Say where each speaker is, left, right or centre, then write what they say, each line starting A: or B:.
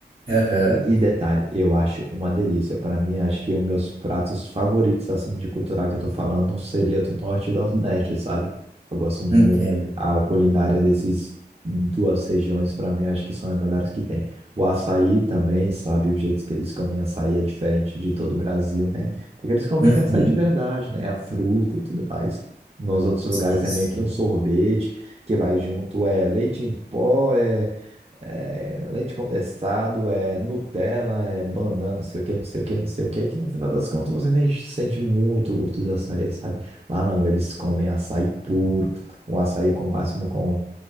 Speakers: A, on the right; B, on the right.
A: Aham,
B: E detalhe, eu acho uma delícia. Para mim, acho que os meus pratos favoritos, assim, de cultural que eu tô falando, seria do Norte e do Nordeste, sabe? Eu gosto muito
A: entendo.
B: a culinária desses duas regiões, para mim, acho que são as melhores que tem. O açaí também, sabe? O jeito que eles comem açaí é diferente de todo o Brasil, né? Porque eles comem
A: Uhum,
B: açaí de verdade, né? A fruta e tudo mais. Nos outros lugares
A: sei sim.
B: é meio que um sorvete que vai junto, é leite em pó, é é leite condensado, é Nutella, é banana, não sei o que, não sei o que, não sei o que, que no final das contas você nem sente muito o gosto do açaí, sabe? Lá não, eles comem açaí puro, um açaí com máximo com